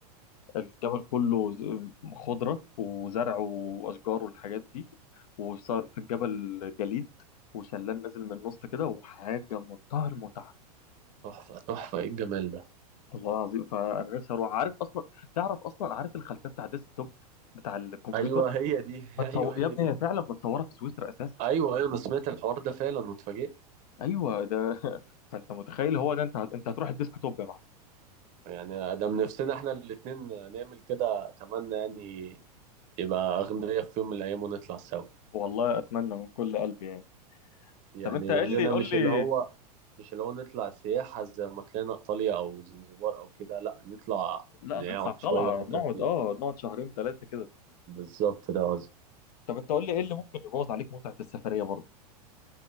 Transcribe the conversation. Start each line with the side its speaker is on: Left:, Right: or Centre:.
Left: الجبل كله ز- خضرة وزرع وأشجار والحاجات دي وفي الجبل جليد وشلال نازل من النص كده وحاجة منتهى المتعة
Right: تحفة تحفة إيه الجمال ده
Left: والله العظيم فأنا نفسي أروح عارف أصلا تعرف أصلا عارف الخلفية بتاع الديسك توب بتاع الكمبيوتر
Right: أيوه هي دي <laughs>
Left: متصو...
Right: أيوه هي
Left: يا ابني
Right: دي
Left: هي فعلا متصورة في سويسرا أساسا
Right: أيوه أيوه أنا سمعت الحوار ده فعلا واتفاجئت
Left: أيوه ده <laughs> فأنت متخيل هو ده أنت أنت هتروح الديسك توب يا معلم
Right: يعني ده من نفسنا إحنا الاتنين نعمل كده أتمنى يعني يبقى أغنياء في يوم من الأيام ونطلع سوا
Left: والله أتمنى من كل قلبي يعني
Right: يعني
Left: طب أنت قل
Right: غنى
Left: لي قول
Right: مش
Left: لي
Right: اللي هو مش اللي هو نطلع سياحة زي ما طلعنا إيطاليا أو زنزبار أو كده لأ نطلع
Left: لا
Right: نقعد
Left: نطلع طلعة
Right: شوية فترة
Left: نقعد
Right: كبيرة
Left: أه نقعد شهرين ثلاثة كده
Right: بالظبط ده قصدي
Left: طب انت قول لي ايه اللي ممكن يبوظ عليك متعة السفرية برضه